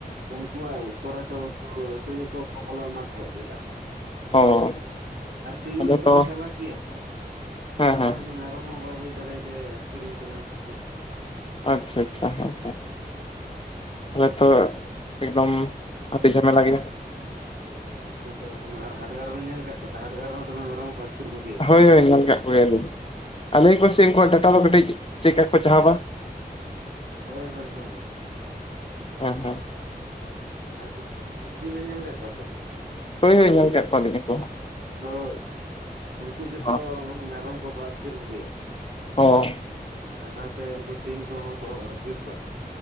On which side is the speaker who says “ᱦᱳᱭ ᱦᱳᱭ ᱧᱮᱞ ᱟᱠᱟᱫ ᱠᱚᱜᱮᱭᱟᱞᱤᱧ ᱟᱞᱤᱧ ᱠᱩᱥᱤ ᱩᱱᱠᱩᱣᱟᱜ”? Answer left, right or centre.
Left